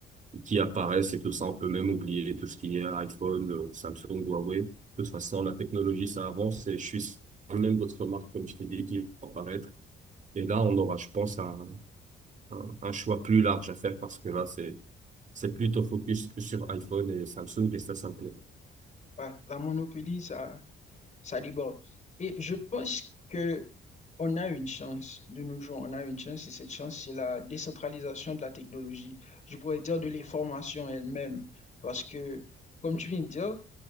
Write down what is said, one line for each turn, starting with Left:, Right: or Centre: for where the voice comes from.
Right: qui apparaissent et tout ça. On peut même oublier tout ce qui est iPhone, euh, Samsung, Huawei. De toute façon, la technologie, ça avance et je suis sûr que même d'autres marques, comme je t'ai dit, qui vont apparaître. Et là, on aura, je pense, un, un, un choix plus large à faire parce que là, c'est, c'est plutôt focus que sur iPhone et Samsung et ça, ça me plaît. pas.
Left: Ouais, la monopolie, ça, ça déborde. Et je pense que on a une chance de nos jours, on a une chance et cette chance, c'est la décentralisation de la technologie. Je pourrais dire de l'information elle-même, parce que, comme tu viens de dire,